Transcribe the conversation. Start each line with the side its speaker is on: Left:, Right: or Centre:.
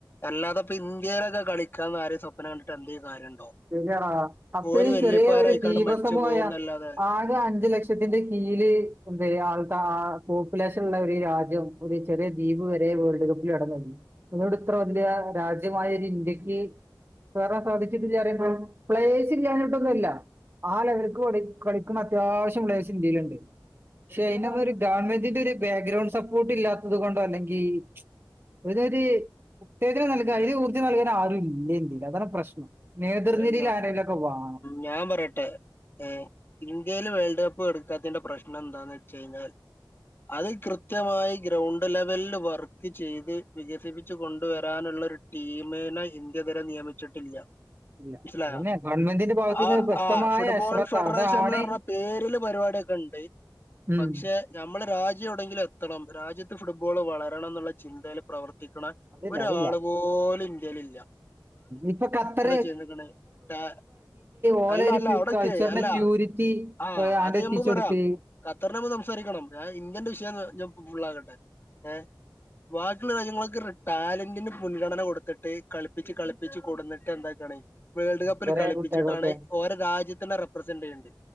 Left: എല്ലാത്പ്പോ ഇന്ത്യേലൊക്കേ കളി ഇൻഷാ അള്ളാ ആരെ സ്വപ്നം കണ്ടിട്ട് എന്തേ കാര്യണ്ടോ?
Right: ശെരിയാടാ അത്രയും
Left: ഓര് വല്യപ്പാരായിക്കാണ്ട്
Right: ചെറിയ ഒരു ദീപസമൂഹായ
Left: മരിച്ചു പോകുന്നല്ലാതെ
Right: ആകെ അഞ്ചു ലക്ഷത്തിന്റെ കീഴില് എന്തെയ്യാ ആൾട്ട ആ പോപ്പുലേഷൻ ള്ള ഒരു രാജ്യം ഒരു ചെറിയ ദ്വീപ് വരെ വേൾഡ് കപ്പിൽ ഇടംനേടി ഒന്നുടെ ഇത്ര വല്യ രാജ്യമായോരീ ഇന്ത്യക്ക് കേറാൻ സാധിച്ചിട്ടില്ലറിയാം പ്ലെയേഴ്സ് ഇല്ലാഞ്ഞിട്ടൊന്നുല്ല ആ ലെവൽക്ക് കളിക്കണ അത്യാവശ്യം പ്ലെയേഴ്സ് ഇന്ത്യയില്ണ്ട് പക്ഷെ അയിനതൊരു ഗവൺമെന്റിന്റെരു ബാക്ക്ഗ്രൗണ്ട് സപ്പോർട്ട് ഇല്ലാത്തത് കൊണ്ടോ അല്ലെങ്കി അതൊരു ഉത്തേജനം നൽകാൻ അയിന് ഊർജം നൽകാൻ ആരുല്ലേന്ത്യയില് അതാണ് പ്രശ്നം. നേതൃനിരയിൽ
Left: ന്ന ഞ
Right: ആരെങ്കിലുമൊക്കെ വേണം
Left: ഞാൻ പറട്ടെ ഏ ഇന്ത്യല് വേൾഡ് കപ്പ് പ്പ് കൊടുക്കാത്തതിന്റെ പ്രശ്നന്താന്ന് വെച്ച ച്ച് കഴിഞ്ഞാൽ അത് കൃ കൃത്യമായി ഗ്രൗണ്ട് ലെവൽല് വർക്ക് ചെയ്ത്- വികസിപ്പിച് കൊണ്ടുവരാനുള്ളൊരു- ടീമേന ഇന്ത്യതരെ നിയമിച്ചിട്ടില്ല-
Right: ഇല്ല
Left: മനസിലായോ
Right: അതന്നെ ഗവൺമെന്റിന്റെ ഭാഗത്തുനിന്ന്
Left: ആഹ്
Right: വ്യക്തമായ
Left: ആഹ് ഫുട്ബോളൽ
Right: അശ്രദ്ധ
Left: ഫെഡറേഷൻ
Right: അതാണ്
Left: ന്ന് പറഞ്ഞ പേരില് പരിപാടിയൊക്കെ ഉണ്ട്
Right: ഉം.
Left: പക്ഷെ നമ്മളെ രാജ്യ- ജ്യംഎവിടെങ്കിലും എത്തണം രാജ്യത്ത് ഫുട്ബോൾ വളരണന്നുള്ള ചിന്തയിൽ പ്രവർ ർത്തിക്ക്ണ
Right: അതില്ല
Left: ഒരാള്
Right: അതില്ല
Left: പോലും ഇ ന്ത്യയിലില്ല-
Right: ഇപ്പൊ ഖത്തറ്‌ -
Left: ചെയ്തേക്ക്ണ് ആ
Right: ഓലെ
Left: അല്ല
Right: ഒരു
Left: അല്ല അവിടെയിക്ക്
Right: കൾച്ചറിന്റെ
Left: അല്ല
Right: പ്യൂരിറ്റി
Left: ആ
Right: ആണ്ട്
Left: അത്
Right: എത്തിച്ചു
Left: ഞ മ്മക്ക്
Right: കൊടുത്ത്
Left: പറയാ ഖത്തറിന്റെ നമ്മക്ക് സംസാരിക്കണം ഞാൻ ഇന്ത്യന്റെ വിഷയൊന്ന് ഞ്ഞം. ഫുള്ളാകട്ടെ- ഏ വാ- റ്റുള്ള രാജ്യങ്ങൾക്ക് റ്‌ ടാലന്റിന് മുൻഗണന കൊടുത്ത്ട്ട് കളിപ്പിച്ച് കളിപ്പിച്ച് കൊടുന്നിട്ട് എന്താ- ണ് വേൾഡ്കപ്പില്
Right: ചെറിയ
Left: കളിപ്പിച്ചിട്ടാണെ
Right: കുട്ടികൾക്കൊക്കെ
Left: ഓരെ രാജ്യത്തിനെ റെപ്രസെന്റ് ചെയ്യണ്ട്